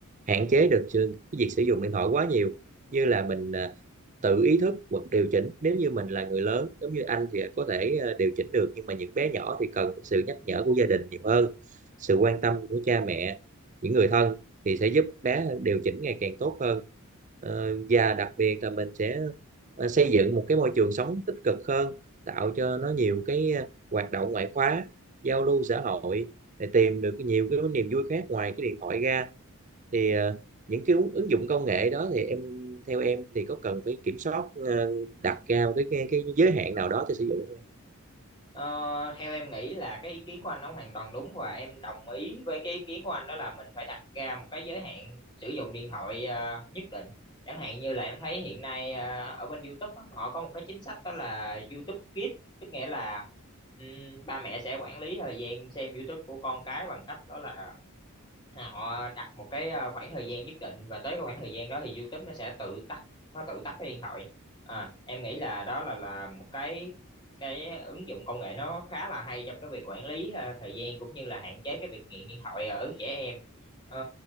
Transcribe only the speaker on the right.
hạn chế được sự- cái việc sử dụng điện thoại quá nhiều. Như là mình à, tự ý thức hoặc điều chỉnh nếu như mình là người lớn giống như anh thì có thể ờ, điều chỉnh được nhưng mà những bé nhỏ thì cần sự nhắc nhở của gia đình nhiều hơn sự quan tâm của cha mẹ những người thân thì sẽ giúp bé điều chỉnh ngày càng tốt hơn Ờ, và đặc biệt là mình sẽ ờ, xây dựng một cái môi trường sống tích cực hơn tạo cho nó nhiều cái ờ, hoạt động ngoại khóa giao lưu xã hội để tìm được nhiều cái niềm vui khác ngoài cái điện thoại ra thì ờ, những cái ứng ứng dụng công nghệ đó thì em theo em thì có cần phải kiểm soát ờ, đặt ra cái, cái cái giới hạn nào đó cho sử dụng không em?